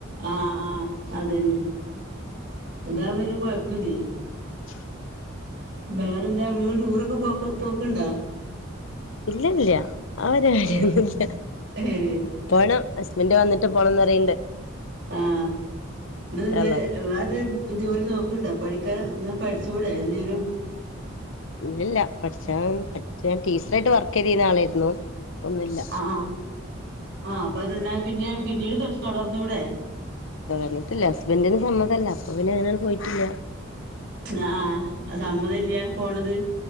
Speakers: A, on the right (about 55°); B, on the left (about 70°).
A: ആഹ് ആഹ് അതന്നെ ഇതാമ്പം കൊയപ്പല്ലേ
B: <inaudible>
A: ബേറെന്താ വീട് ടൂറൊക്കെ പോ പോക്ണ്ടോ
B: ഇല്ല ഇല്ല ആ ഒരു കാര്യം
A: ഏയ്
B: ഒന്നും ഇല്ല
A: ഏഹ്
B: പോണം ഹസ്ബൻഡ് വന്നിട്ട് പോണംന്നറയിണ്ട്
A: ആഹ് ഇത് നിന്ന്ലെ
B: അള്ളാ
A: വേറെന്തേലും ജോലി നോക്ക്ണ്ടോ പഠിക്കാൻ എന്നാ പഠിച്ചൂടെ എന്തേലും
B: ഇല്ലല്ല പഠിച്ചാൻ പഠിച്ച ഞാൻ ടീച്ചറായിട്ട് വർക്ക് ചെയ്തീർന്ന ആളായിരുന്നു ഇപ്പൊന്നുല്ല
A: ആഹ് അപ്പത് ന്നാ പിന്നെ പിന്നീട് തുടർന്നൂടെ
B: തൊടർന്ന്ട്ടില്ല ഹസ്ബന്റിന് സമ്മതല്ല അപ്പൊ പിന്നെ അങ്ങനെയാണ്ട് പോയിട്ടില്ല
A: ആഹ്‌ ആഹ്‌ സമ്മതല്യ പോണത്